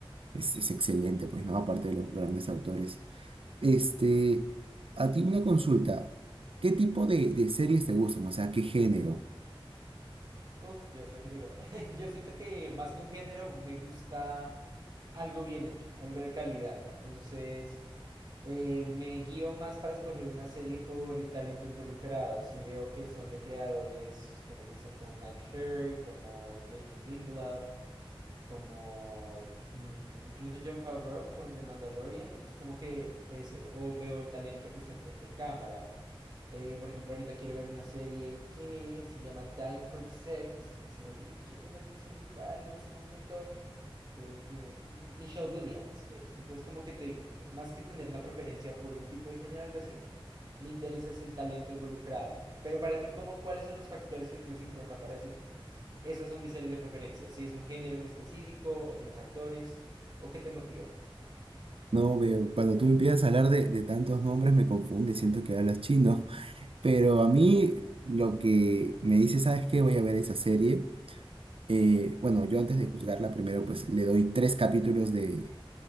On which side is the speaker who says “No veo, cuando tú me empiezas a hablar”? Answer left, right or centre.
Right